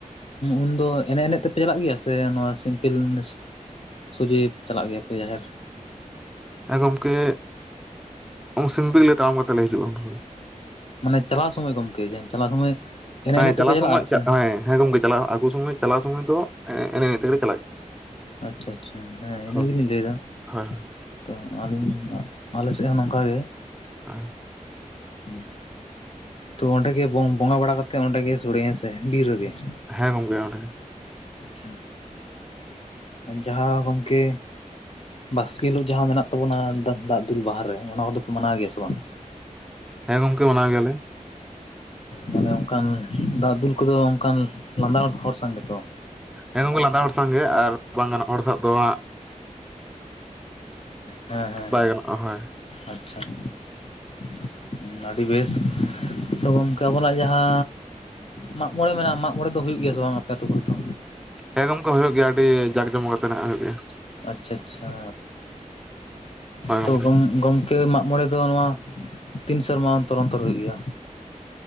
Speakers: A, on the left; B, in the centre.
A: ᱩᱱᱫᱚ ᱮᱱᱮᱡ ᱮᱱᱮᱡ ᱛᱮᱯᱮ ᱪᱟᱞᱟᱜ ᱜᱮᱭᱟ ᱥᱮ ᱱᱚᱣᱟ ᱥᱤᱢᱯᱮᱞ ᱡᱤᱱᱤᱥ ᱥᱳᱡᱷᱮ ᱪᱟᱞᱟᱜ ᱜᱮᱭᱟᱯᱮ ᱡᱟᱦᱮᱨ?
B: ᱦᱮᱸ ᱜᱚᱢᱠᱮ ᱚᱝ ᱥᱤᱢᱯᱮᱹᱞ ᱞᱮ ᱛᱟᱲᱟᱢ ᱠᱟᱛᱮ ᱞᱮ ᱦᱤᱡᱩᱜᱼᱟ ᱩᱱ ᱥᱚᱢᱚᱭ᱾
A: ᱢᱟᱱᱮ ᱪᱟᱞᱟᱣ ᱥᱚᱢᱚᱭ ᱜᱚᱢᱠᱮ ᱡᱟᱦᱮᱨ ᱪᱟᱞᱟᱣ ᱥᱚᱢᱚᱭ᱾ ᱮᱱᱮᱡ
B: ᱦᱮᱸ
A: ᱮᱱᱮᱡ
B: ᱪᱟᱞᱟᱣ
A: ᱛᱮᱯᱮ
B: ᱥᱚᱢᱚᱭ
A: ᱪᱟᱞᱟᱜᱼᱟ ᱥᱮ
B: ᱪᱟᱜ ᱦᱮᱸ ᱦᱮᱸ ᱜᱚᱝᱠᱮ ᱪᱟᱞᱟᱣ ᱟᱜᱩ ᱥᱚᱢᱚᱭ ᱪᱟᱞᱟᱣ ᱥᱚᱢᱚᱭ ᱫᱚ ᱮᱱᱮᱡ ᱮᱱᱮᱡ ᱛᱮᱜᱮ ᱞᱮ
A: ᱟᱪᱪᱷᱟ ᱟᱪᱪᱷᱟ ᱦᱮᱸ ᱤᱱᱟᱹ
B: ᱦᱳᱭ
A: ᱜᱮᱞᱤᱧ ᱞᱟᱹᱭᱫᱟ
B: ᱦᱳᱭ
A: ᱾ ᱛᱚ ᱟᱹᱞᱤᱧ, ᱟᱞᱮ ᱥᱮᱜ ᱦᱚᱸ ᱱᱚᱝᱠᱟ ᱜᱮ ᱾
B: ᱦ <unintelligible>
A: ᱦᱩ <unintelligible> ᱸ ᱛᱚ ᱚᱸᱰᱮ ᱜᱮ ᱵᱚᱝ ᱵᱚᱸᱜᱟ ᱵᱟᱲᱟ ᱠᱟᱛᱮᱜ, ᱚᱸᱰᱮ ᱜᱮ ᱥᱳᱲᱮᱹ ᱦᱮᱸ ᱥᱮ ᱵᱤᱨ ᱨᱮᱜᱮ ᱾
B: ᱦᱮᱸ ᱠᱟᱱ ᱜᱮᱭᱟ ᱾
A: ᱪᱮᱫᱼᱼ ᱡᱟᱦᱟ ᱜᱚᱢᱠᱮ ᱵᱟᱥᱠᱮ ᱦᱤᱞᱳᱜ ᱡᱟᱦᱟᱸ ᱢᱮᱱᱟᱜ ᱛᱟᱵᱚᱱᱟ ᱫᱟᱜ ᱫᱩᱞ ᱵᱟᱦᱟ ᱨᱮ ᱚᱱᱟ ᱠᱚᱫᱚ ᱯᱮ ᱢᱟᱱᱟᱣ ᱜᱮᱭᱟ ᱥᱮ ᱵᱟᱝ?
B: ᱦᱮᱸ ᱜᱚᱝᱠᱮ ᱢᱟᱱᱟᱣ ᱜᱮᱭᱟ ᱞᱮ ᱾
A: ᱢᱟᱱᱮ ᱚᱱᱠᱟᱱ ᱫᱟᱜ ᱫᱩᱞ ᱠᱚᱫᱚ ᱚᱱᱠᱟᱱ ᱞᱟᱸᱫᱟ ᱦᱚᱲ ᱥᱟᱶ ᱜᱮᱛᱚ ᱾
B: ᱦᱮᱸ ᱜᱚᱝᱠᱮ ᱞᱟᱸᱫᱟ ᱦᱚᱲ ᱥᱟᱶᱜ ᱜᱮ ᱟᱨ ᱵᱟᱝ ᱜᱟᱱᱚᱜ ᱦᱚᱲ ᱥᱟᱶ ᱫᱚᱣᱟᱜ
A: ᱦᱮᱸ ᱦᱮᱸ
B: ᱵᱟᱭ ᱜᱟᱱᱚᱜᱼᱟ ᱦᱳᱭ ᱾
A: ᱟᱪᱪᱷᱟ ᱾ ᱟᱹᱰᱤ ᱵᱮᱥ ᱛᱚ ᱜᱚᱢᱠᱮ ᱟᱵᱤᱱᱟᱜ ᱡᱟᱦᱟ ᱢᱟᱜ ᱢᱚᱬᱮ ᱢᱮᱱᱟᱜᱼᱟ ᱢᱟᱜ ᱢᱚᱬᱮ ᱫᱚ ᱦᱩᱭᱩᱜ ᱜᱤᱭᱟ ᱥᱮ ᱵᱟᱝ ᱟᱯᱮ ᱟᱛᱩ ᱠᱚᱨᱮ ᱫᱚ?
B: ᱦᱮᱸ ᱜᱚᱢᱠᱮ ᱦᱩᱭᱩᱜ ᱜᱮᱭᱟ ᱟᱹᱰᱤ ᱡᱟᱠ ᱡᱚᱢᱚᱠ ᱟᱛᱮ ᱱᱟᱜ ᱦᱩᱭᱩᱜ ᱜᱮᱭᱟ ᱾
A: ᱟᱪᱪᱷᱟ ᱟᱪᱪᱷᱟ
B: ᱦᱳᱭ
A: ᱛᱚ
B: ᱜᱚᱝᱠᱮ
A: ᱛᱚ ᱜᱚᱢ ᱜᱚᱢ ᱟᱯᱮ ᱢᱟᱜ ᱢᱚᱬᱮ ᱫᱚ ᱱᱚᱣᱟ ᱛᱤᱱ ᱥᱮᱨᱢᱟ ᱚᱱᱛᱚᱨ ᱚᱱᱛᱚᱨ ᱦᱩᱭᱩᱜ ᱜᱮᱭᱟ?